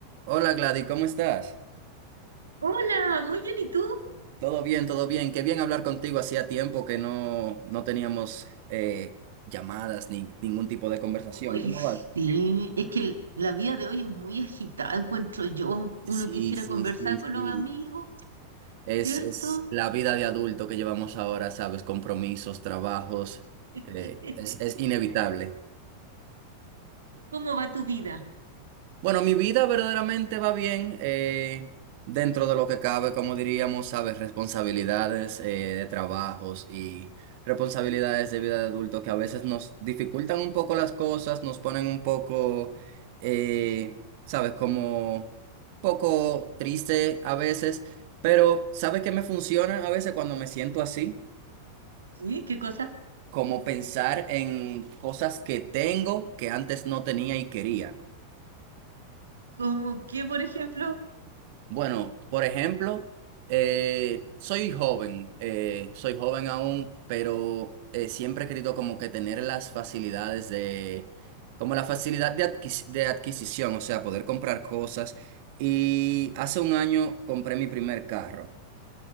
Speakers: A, on the right (about 50°); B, on the right (about 70°).
A: Hola Gladys, ¿cómo estás?
B: Hola, muy bien, ¿y tú?
A: Todo bien, todo bien. Qué bien hablar contigo. Hacía tiempo que no, no teníamos eh, llamadas ni ningún tipo de conversación.
B: Ay,
A: ¿Cómo vas?
B: sí, es que el- la vida de hoy es muy agitada, encuentro yo. Uno
A: Sí,
B: quisiera
A: sí,
B: conversar
A: sí,
B: con
A: sí.
B: los amigos,
A: Es,
B: ¿cierto?
A: es la vida de adulto que llevamos ahora, ¿sabes? Compromisos, trabajos.
B: <laughs>
A: eh, es, es inevitable.
B: ¿Cómo va tu vida?
A: Bueno, mi vida verdaderamente va bien eh, dentro de lo que cabe, como diríamos, sabes, responsabilidades eh, de trabajos y responsabilidades de vida de adulto que a veces nos dificultan un poco las cosas, nos ponen un poco, eh, sabes, como poco triste a veces, pero ¿sabes qué me funciona a veces cuando me siento así?
B: ¿Sí? ¿Qué cosa?
A: Como pensar en cosas que tengo que antes no tenía y quería.
B: ¿Cómo qué, por ejemplo?
A: Bueno, por ejemplo, eh, soy joven, eh, soy joven aún, pero eh, siempre he querido como que tener las facilidades de, como la facilidad de, adquis- de adquisición, o sea, poder comprar cosas. Y hace un año compré mi primer carro.